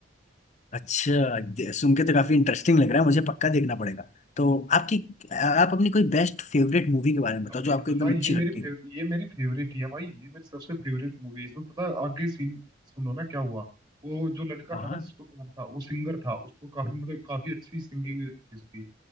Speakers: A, on the left; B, on the right.
A: अच्छा दे- सुन के तो काफी इंटरेस्टिंग लग रहा है मुझे पक्का देखना पड़ेगा तो आपकी आप अपनी कोई बेस्ट फेवरेट मूवी के बारे में बताओ
B: अभी
A: जो आपको एकदम
B: हाँ ये
A: अच्छी
B: मेरी
A: लगती
B: फेव,
A: हो
B: ये मेरी फेवरेट ही है भाई ये मेरी सबसे फेवरेट मूवी है इसमें पता है आगे सीन सुनो ना क्या हुआ वो जो लड़का
A: हाँ
B: था
A: हाँ
B: ना जिसको प्यार था वो सिंगर था उसको काफी मतलब काफी अच्छी सिंगिंग थी उसकी